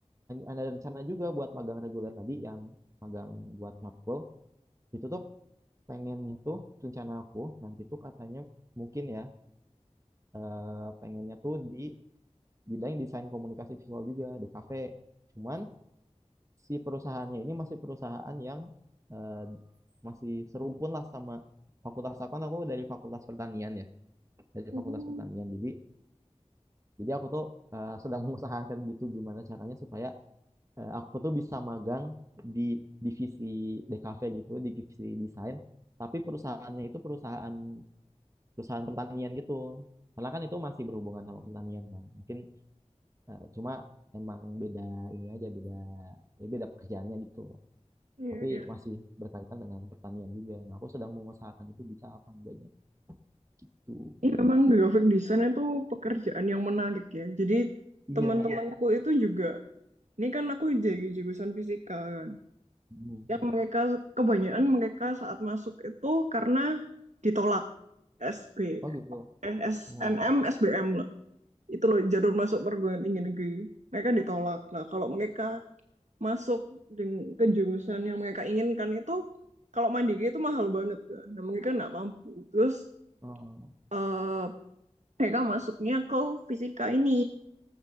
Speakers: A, on the right; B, on the right.
A: ada rencana juga buat magang reguler tadi yang magang buat matkul itu tuh pengennya tuh rencana aku nanti tuh katanya mungkin ya eh, pengennya tuh di bidang desain komunikasi visual juga di kafe. Cuman si perusahaannya ini masih perusahaan yang eh, masih serumpun lah sama fakultas aku kan aku dari fakultas pertanian ya dari
B: Oh,
A: fakultas pertanian jadi jadi aku tuh eh, sedang <laughs> mengusahakan gitu gimana caranya supaya eh, aku tuh bisa magang di divisi DKV gitu di divisi desain tapi perusahaannya itu perusahaan perusahaan pertanian gitu. Karena kan itu masih berhubungan sama pertanian kan. Mungkin eh, cuma emang beda ini aja, beda ya beda pekerjaannya gitu.
B: Iya
A: Tapi
B: iya.
A: masih berkaitan dengan pertanian juga. Nah, aku sedang mengusahakan itu bisa apa enggaknya gitu.
B: Ini memang graphic design itu pekerjaan yang menarik ya. Jadi Iya.
A: Iya.
B: teman-temanku itu juga, ini kan aku jadi jurusan fisika kan.
A: Hmm.
B: yang mereka kebanyakan mereka saat masuk itu karena ditolak SB
A: Oh gitu.
B: eh, SNM
A: Hmm.
B: SBM lah itu loh jalur masuk perguruan tinggi negeri mereka ditolak lah kalau mereka masuk ke jurusan yang mereka inginkan itu kalau mandiri itu mahal banget kan dan mereka nggak mampu terus
A: Oh.
B: eh, mereka masuknya ke fisika ini